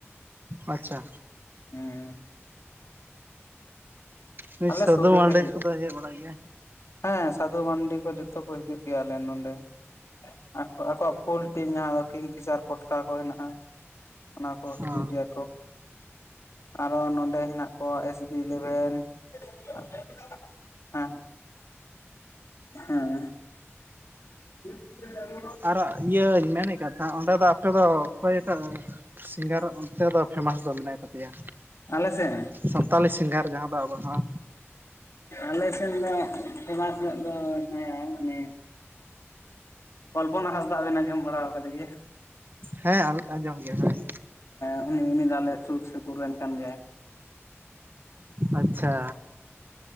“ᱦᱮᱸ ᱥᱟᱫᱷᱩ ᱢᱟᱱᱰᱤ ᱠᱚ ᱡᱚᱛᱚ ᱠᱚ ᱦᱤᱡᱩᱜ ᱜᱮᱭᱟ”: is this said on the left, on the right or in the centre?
Left